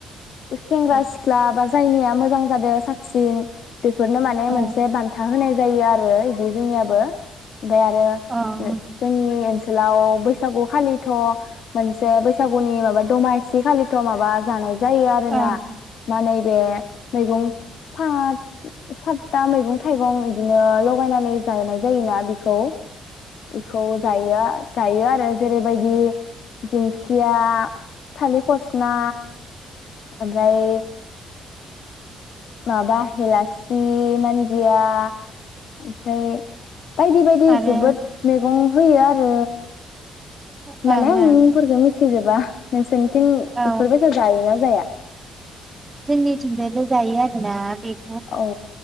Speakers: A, on the left; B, on the right.
A: सेंग्रा
B: औ
A: सिख्ला बा जायनिया मोजां जादों साबसिन बेफोरनो माने
B: औ
A: मोनसे बान्था होनाय जायो आरो बिदि जोंनियाबो ओमफाय आरो
B: औ
A: जोंनि ओनसोलाव बैसागु खालिथ' मोनसे बैसागुनि माबा दमासि खालिथ' माबा जानाय जायो आरोना
B: ओं
A: माने बे मैगं सात सातथा मैगं थाइगं बिदिनो लगायनानै जानाय जायोना बेखौ इखौ जायो जायो आरो जेरैबायदि दिंखिया थालिर फसना ओमफ्राय माबा हेलासि मान जिया ओमफ्राय बायदि बायदि
B: आरो
A: जोबोद मैगं होयो आरो
B: ओं
A: माने
B: ओं
A: आं मुंफोरखौ मिथि जोबो बा नोंसोन बथिं
B: औ
A: इफोरबायसा जायोना जाया
B: जोंनिथिंजायनो जायो आरोना बे
A: औ